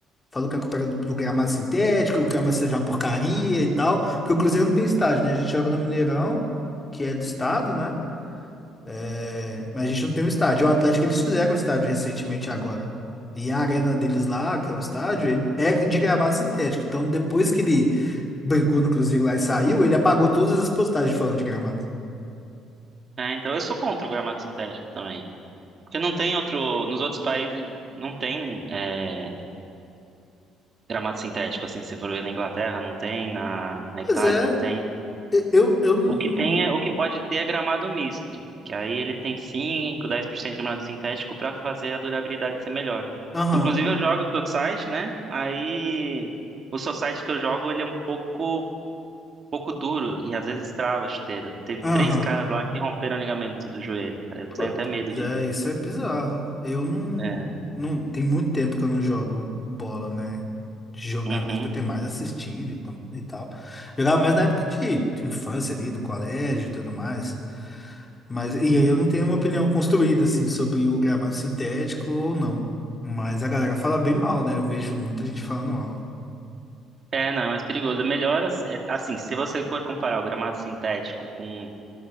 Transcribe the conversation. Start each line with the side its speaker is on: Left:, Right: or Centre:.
Left: Falou que a culpa era do, do gramado sintético, o gramado seja uma porcaria e tal, porque o Cruzeiro não tem estádio, né? A gente joga no Mineirão, que é do estado, né? É, mas a gente não tem o estádio. O Atlético, eles fizeram o estádio recentemente agora. E a arena deles lá, que é o estádio, ele é de gramado sintético. Então, depois que ele brigou no Cruzeiro lá e saiu, ele apagou todas as postagens falando de gramado.
Right: É, então eu sou contra o gramado sintético também. Porque não tem outro. Nos outros países não tem. é, Gramado sintético, assim, se você for ver na Inglaterra, não tem, na, na
Left: Pois
Right: Itália
Left: é,
Right: não tem.
Left: e- eu, eu não.
Right: O que tem é, o que pode ter é gramado misto, que aí ele tem cinco, dez por cento de gramado sintético para fazer a durabilidade ser melhor.
Left: Aham,
Right: Inclusive eu jogo society, né? Aí o society que eu jogo, ele é um pouco pouco duro e às vezes trava a chuteira. Teve
Left: aham.
Right: três caras lá que romperam o ligamento do joelho, cara. Eu tenho
Left: Po-
Right: até
Left: Pois
Right: medo de
Left: é, isso é bizarro. Eu não,
Right: é.
Left: não. Tem muito tempo que eu não jogo bola, né? De jogar
Right: Uhum.
Left: mesmo, eu tenho mais assistido e tam- e tal. Jogava mais na época de infância ali, do colégio e tudo mais. Mas, e aí eu não tenho uma opinião construída, assim, sobre o gramado sintético ou não. Mas a galera fala bem mal, né? Eu vejo muita gente falando mal.
Right: É, não, é mais perigoso. É melhor, ass- é, assim, se você for comparar o gramado sintético com